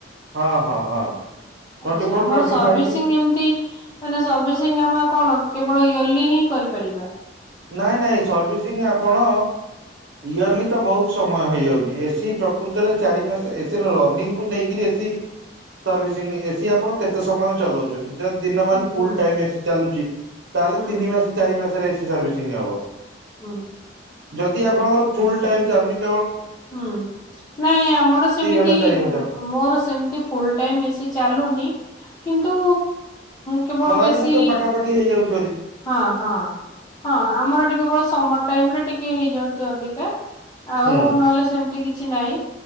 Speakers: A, on the right (about 75°); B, on the left (about 20°).
A: ହଁ ହଁ ହଁ ଟ୍ୱେଣ୍ଟି
B: ଅଚ୍ଛା
A: ଫୋର
B: ଆମର
A: ଟ୍ୱେଣ୍ଟି
B: ସର୍ଭିସିଂ
A: ଫାଇଭ୍
B: ଏମିତି ମାନେ ସର୍ଭିସିଂ ଆମ କଣ- କେବଳ ଇୟର୍ଲି ହିଁ କରିପାରିବା-
A: ନାଇଁ ନାଇଁ ସର୍ଭିସିଂ ଆପଣ ଇୟର୍ଲି ତ ବହୁତ ସମୟ ହେଇଯାଉଛି ଏସିି ପ୍ରକୃତରେ ଚାରି ମାସ ଏସିର ରନିଂକୁ ନେଇକରି ଏସି ସର୍ଭିସିଂ ଏସିି ଆପଣ କେତେ ସମୟ ଚଲାଉଛି- ଯଦି ଦିନ ମଲ
B: ହୁଁ
A: ଚାଲୁଛି ତାହେଲେ
B: ହୁଁ
A: ତିନି ମାସ ଚାରି ମାସରେ- ସାର୍ଭିସିଂ ହବ
B: ହଁ
A: ଯଦି ଆପଣଙ୍କର ଫୁଲ ଟାଇମ ଚାଲନି
B: ହୁଁ ନାଇଁ ଆମର ସେମିତି
A: ଦି ଘଣ୍ଟା ଚାରି ଘଣ୍ଟା
B: ମୋର ସେମିତି ଫୁଲ ଟାଇମ ଏ ଚାଲୁନି କିନ୍ତୁ କେବଳ
A: ଖରାଦିନ
B: ବେଶୀ
A: ତ ପାଖାପାଖି ହେଇଯାଉଛି,
B: ହଁ ହଁ ହଁ ଆମର ଟିକେବଳ ସମର ଟାଇମ ରେ ଟିକେ ହେଇଯାଉଛି ଅଧିକା ଆଉ
A: ହୁଁ
B: ନହେଲେ ସେମିତି କିଛି, କିଛି ନହିଁ